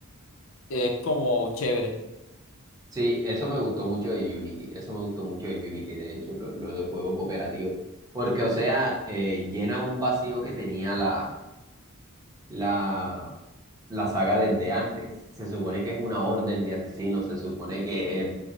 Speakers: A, on the left; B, on the right.
A: es como chévere,
B: sí, eso me gustó mucho de Unity, eso me gustó mucho de Unity, de hecho, lo, lo de juego cooperativo. Porque, o sea, eh, llena un vacío que tenía la la, la saga desde antes. Se supone que es una orden de asesinos, se supone que es,